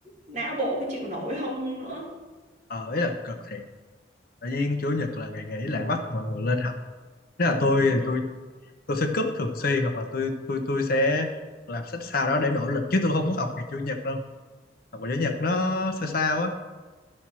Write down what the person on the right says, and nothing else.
não bộ có chịu nổi không nữa
ừ.
Ừ.